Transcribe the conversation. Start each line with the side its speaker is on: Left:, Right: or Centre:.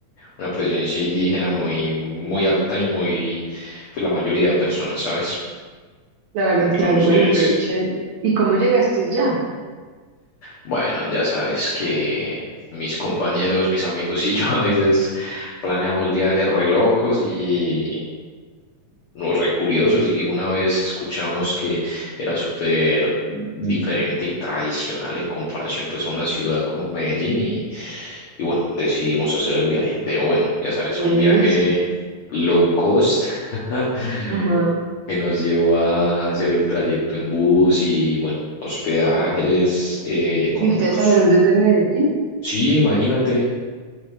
Left: una presencia indígena muy, muy alta y muy, pues la mayoría de personas, ¿sabes?
Right: Claro,
Left: Entonces,
Right: claro. Bueno, pero chévere. ¿Y cómo llegaste allá?
Left: bueno, ya sabes que mis compañeros, mis amigos y yo <laughs> a veces planeamos viajes re locos y, lo recuriosos y una vez escuchamos que era súper diferente y tradicional en comparación pues a una ciudad como Medellín y, y bueno, decidimos hacer el viaje. Pero bueno, ya sabes,
Right: Buenísimo.
Left: un viaje low cost <laughs>
Right: Ajá.
Left: que nos llevó a hacer el trayecto en bus y bueno, hospedajes eh, económicos.
Right: ¿Y ustedes salieron desde Medellín?
Left: Sí, imagínate.